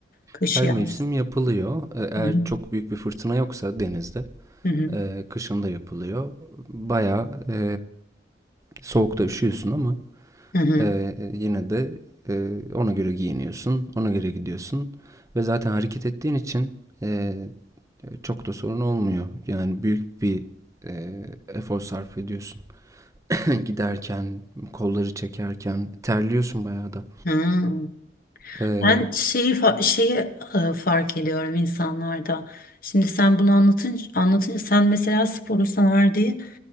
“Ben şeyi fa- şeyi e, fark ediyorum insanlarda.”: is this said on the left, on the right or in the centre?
Left